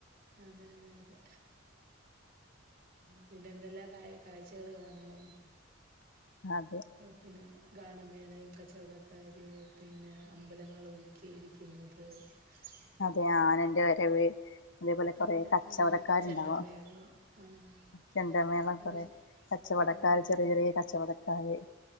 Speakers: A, on the right; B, on the left.
A: അതെ അതെ അതെ പിന്നെ എന്തെല്ലാം കാഴ്ചകൾ കാണും
B: അതെ
A: പിന്നെ ഗാനമേളയും കച്ചവടക്കാർ പിന്നെ അമ്പലങ്ങൾ ഒരുക്കിയിരിക്കുന്നത് പിന്നെ
B: അതെ ആനന്റെ വരവ് അതേപോലെ കൊറെ
A: അതെ
B: കച്ചവടക്കാരുണ്ടാവും
A: ആന ചെണ്ടമേളം ആഹ്
B: ചെണ്ടമേളം
A: പല
B: കൊറെ
A: സ-
B: കച്ചവടക്കാര്
A: അതെ അതെ
B: ചെറിയ ചെറിയ കച്ചവടക്കാര്